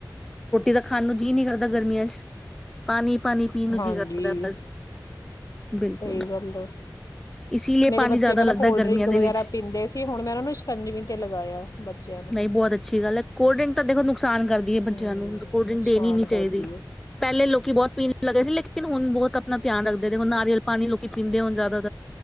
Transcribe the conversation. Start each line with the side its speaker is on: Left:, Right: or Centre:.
Centre: ਤਾਂ ਖਾਣ ਨੂੰ ਜੀਅ ਨੀ ਕਰਦਾ ਗਰਮੀਆਂ ਚ ਪਾਣੀ ਪਾਣੀ ਪੀ ਨੂੰ
Left: ਹਾਂਜੀ
Centre: ਜੀਅ ਕਰਦੈ ਬਸ। ਬਿਲਕੁਲ,
Left: ਸਹੀ ਗੱਲ ਆ
Centre: ਇਸੀ ਲੀਏ
Left: ਮੇਰੇ
Centre: ਪਾਣੀ
Left: ਬੱਚੇ
Centre: ਜਾਦਾ
Left: ਪਹਿਲਾਂ
Centre: ਲੱਗਦੈ
Left: ਕੋਲਡ
Centre: ਗਰਮੀਆਂ
Left: ਡਰਿੰਕ ਵਗੈਰਾ
Centre: ਦੇ ਵਿੱਚ।
Left: ਪੀਂਦੇ ਸੀ ਹੁਣ ਮੈਂ ਉਹਨਾਂ ਨੂੰ ਸ਼ਿਕੰਜਵੀ ਤੇ ਲਗਾਇਆ ਬੱਚਿਆਂ ਨੂੰ
Centre: ਨਈ ਬੋਤ ਅੱਛੀ ਗੱਲ ਐ ਕੋਲਡ ਡਰਿੰਕ ਤਾਂ ਦੇਖੋ ਨੁਕਸਾਨ ਕਰਦੀ ਏ ਬੱਚਿਆਂ
Left: ਹਮ
Centre: ਨੂੰ। ਓਨ ਤ ਕੋਲਡ ਡਰਿੰਕ
Left: ਨੁਕਸਾਨ
Centre: ਦੇਣੀ ਨੀ
Left: ਕਰਦੀ
Centre: ਚਾਈਦੀ।
Left: ਹੈ
Centre: ਪੈਲੇ ਲੋਕੀ ਬੋਤ ਪੀਣ ਲਗੇ ਸੀ ਲੇ ਕਿਨ ਹੁਣ ਬੋਤ ਅਪਣਾ ਧਿਆਨ ਰੱ ਦੇ ਦੇਖੋ ਨਾਰੀਅਲ ਪਾਣੀ ਲੋਕੀ ਪੀਂਦੇ ਹੋਣ ਜਾਦਾ